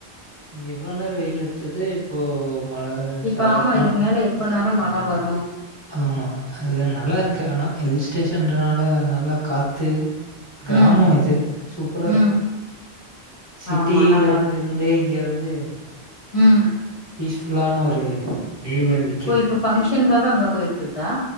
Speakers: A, on the right; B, on the left.
A: இங்க இவ்ளோ நேரோ வெயில் அடிச்சது இப்போ மழ
B: இப்ப
A: சாரல்
B: ஆமா இதுக்கு மேல எப்பனாலு மழ வரு
A: அமா அது நல்லா இருக்கு ஆனா ஹில் ஸ்டேஷன்றனால நல்லா காத்து கிராமோ
B: ம்
A: இது சூப்ரா
B: ம்
A: இருக்கு சிட்டில
B: ஆமா நல்லா
A: இருந்து
B: இருக்கு
A: இருந்தே இங்க வந்து
B: ம்
A: பீஸ்ஃபுல்லான ஒரு டே வா இன்னி
B: ஓ இப்ப ஃபங்க்ஷனுக்காக அங்க போயிருக்கிறதா